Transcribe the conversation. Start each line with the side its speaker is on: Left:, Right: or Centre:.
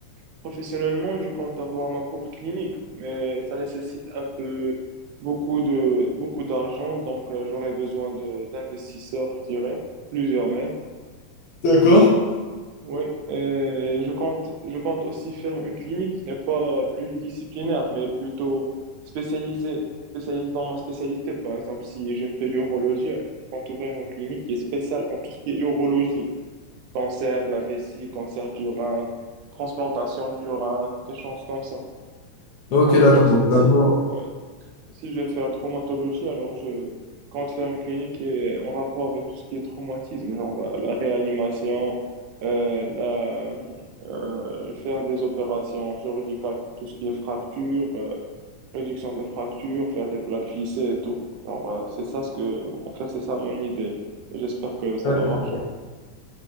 Right: Professionnellement, je compte avoir ma propre clinique, mais ça nécessite un peu beaucoup de beaucoup d'argent, donc euh, j'aurais besoin de d'investisseurs, je dirais, plusieurs même.
Left: D'accord.
Right: Oui, euh, je compte je compte aussi faire une clinique qui n'est pas pluridisciplinaire, mais plutôt spécialisée spécialisée dans ma spécialité. Par exemple, si je fais l'urologie, je compte ouvrir une clinique qui est spéciale en tout ce qui est urologie, cancer de la vessie, cancer du rein, transplantation du rein, des choses comme ça. Mais
Left: Ok,
Right: par
Left: d'accord.
Right: contre,
Left: Donc,
Right: si,
Left: vraiment,
Right: si, ouais, si je vais faire la traumatologie, alors je compte faire une clinique qui est en rapport avec tout ce qui est traumatisme, genre euh, la réanimation, euh, la, euh, faire des opérations chirurgicales pour tout ce qui est fracture, euh, réduction des fractures, faire des plaques lissées et tout. Alors, euh, c'est ça ce que, en fait, c'est ça mon idée. Et J'espère que ça
Left: d'accord.
Right: va marcher.